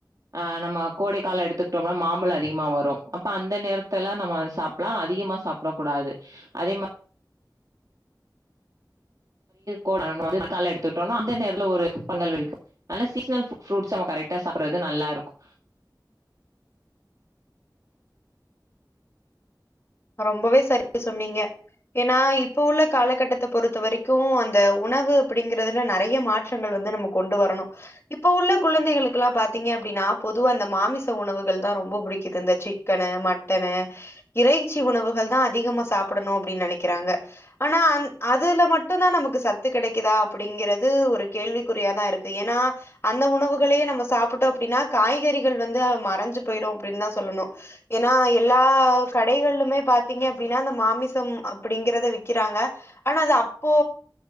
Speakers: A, on the right; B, on the left.
A: ஆ நம்ம கோடிக்கால எடுத்துக்கிட்டோம்னா மாம்ப மாம்பழ அதிகமா வரும் அப்ப அந்த நேரத்து நம்ம சாப்லா அதிகமா சாப்பிடக்கூடாது அதே மாரி கோட கால எடுத்துக்கிட்டோனா அந்த நேரல ஒரு பங்கல் விக்கு ஆனா சீனல் ஃப்ருட்ஸ் நம கரெக்டா சாப்பிறது நல்லாருக்கு
B: ரொம்பவே சேரியா சொன்னீங்க ஏனா இப்போ உள்ள காலகட்டத்தை பொறுத்த வரைக்கு அந்த உணவு அப்டிங்கறதுல நேறாய மாற்றங்கள் வந்து நமக்கு கொண்டு வரணு இப்ப உள்ள குழந்தைகளுக்கேல்லா பாத்தீங்க அப்டின்னா பொதுவா அந்த மாமிச உணவுக தா ரொம்ப பிடிக்குது இந்த சிக்க சிக்கனு மட்டனு இறைச்சி உணவுகள் தா அதிகமா சாப்படணு அப்டின்னு நேனைக்கிறாங்க ஆனா அ அதுல மட்டு தானா நமக்கு சத்து கிடைக்குதா அப்டிங்கிறது ஒரு கேள்விக்குறியாத இருக்கு ஏனா அந்த உணவுகளையே நம்ம சாப்பிட்டோ அப்டின்னா காய்கறிகள் வந்து மறைஞ்சு போயிடு அப்டின்னுதா சொல்லணு ஏனா எல்லா கட கடகள்ளுமே பாத்தீங்க அப்டின்னா அந்த மாமிச அப்டிங்கிறத விக்கிறாங்க ஆனா அது அப்போ